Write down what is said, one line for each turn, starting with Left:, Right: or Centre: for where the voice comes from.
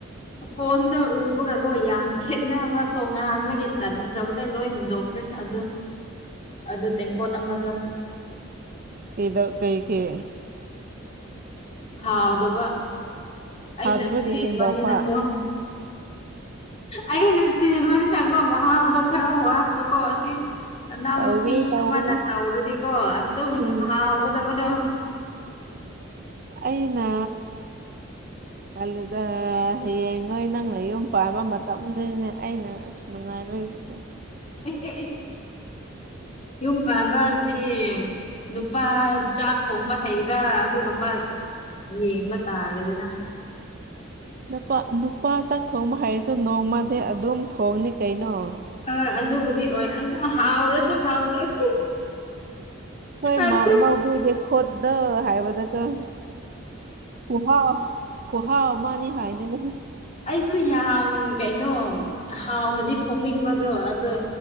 Left: ꯐꯣꯟꯗ ꯎꯕꯒꯀꯣ ꯌꯥꯝ ꯈꯦꯠꯅꯕ ꯇꯣꯉꯥꯟꯕꯒꯤ ꯇꯟꯈ꯭ꯔꯕꯅ ꯂꯣꯏ ꯍꯨꯟꯗꯣꯛꯈ꯭ꯔꯦ꯫ ꯑꯗꯨ ꯑꯗꯨ ꯇꯦꯡꯀꯣꯠ ꯑꯃꯗꯣ꯫
Right: ꯀꯩꯗ ꯀꯩꯒꯤ꯫
Left: ꯍꯥꯎꯗꯕ ꯑꯩꯅ
Right: ꯍꯥꯗꯕꯒꯤ
Left: ꯁꯦꯝꯕꯅꯤꯅꯀꯣ
Right: ꯍꯨꯟꯗꯄꯥ
Left: ꯑꯩꯅ ꯁꯦꯝꯕꯅꯤꯅꯀꯣ ꯃꯍꯥꯎꯗꯣ ꯈꯔ ꯋꯥꯠꯄꯀꯣ ꯑꯁꯤ ꯅꯅꯥꯎ
Right: ꯇꯧꯕꯅꯤ
Left: ꯅꯨꯄꯤ
Right: ꯇꯧꯕꯅꯤ
Left: ꯑꯃꯅ ꯇꯧꯔꯗꯤꯀꯣ ꯑꯗꯨꯝ
Right: ꯎꯝ
Left: ꯍꯥꯎꯒꯗꯕꯗꯣ
Right: ꯑꯩꯅ ꯀꯂꯗ ꯍꯌꯦꯡ ꯅꯣꯏ ꯅꯪꯅ ꯌꯨꯝ ꯄꯥꯟ ꯃꯇꯝꯗꯅꯦ ꯑꯩꯅ ꯑꯁ ꯅꯨꯡꯉꯥꯏꯔꯣꯏꯁꯦ
Left: <unintelligible> ꯌꯨꯝ ꯄꯥꯟꯕꯥꯗꯤ ꯅꯨꯄꯥ ꯆꯥꯛ ꯊꯣꯡꯕ ꯍꯩꯕ ꯑꯗꯨꯒꯨꯝꯕ ꯌꯦꯡꯕ ꯇꯥꯔꯦꯗꯅ
Right: ꯅꯨꯄꯥ ꯅꯨꯄꯥ ꯆꯥꯛ ꯊꯣꯡꯕ ꯍꯩꯔꯁꯨ ꯅꯣꯡꯃꯗꯤ ꯑꯗꯨꯝ ꯊꯣꯡꯅꯤ ꯀꯩꯅꯣ <inaudible>
Left: ꯍꯣꯏ ꯑꯗꯨꯕꯨꯗꯤ ꯑꯣꯏ ꯑꯗꯨ ꯍꯥꯎꯔꯁꯨ ꯍꯥꯎꯗ꯭ꯔꯁꯨ
Right: ꯍꯣꯏ
Left: ꯑꯗꯨ
Right: ꯃꯧ ꯑꯅꯥꯎꯕꯤꯒꯤ ꯈꯨꯠꯗ ꯍꯥꯏꯕꯗꯀ‌ꯣ ꯈꯨꯍꯥꯎ ꯈꯨꯍꯥꯎ ꯃꯥꯅꯤ ꯍꯥꯏꯅꯦꯕ
Left: ꯑꯩꯖꯨ ꯌꯥꯝ ꯀꯩꯅꯣ ꯍꯥꯎꯅꯗꯤ ꯊꯣꯡꯅꯤꯡꯕꯗꯣ ꯑꯗꯣ